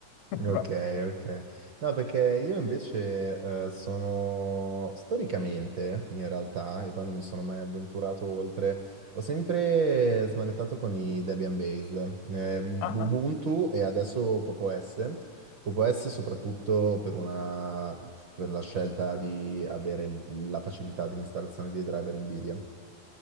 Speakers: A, on the left; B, on the right.
A: <laughs> Guarda.
B: Ok, ok. No, perché io invece eh, sono storicamente, in realtà, e poi non mi sono mai avventurato oltre, ho sempre smanettato con i Debian based, eh, Ubuntu
A: Ah, ah.
B: e adesso Popo S. Popo S soprattutto per una, per la scelta di avere la facilità di installazione dei driver NVIDIA.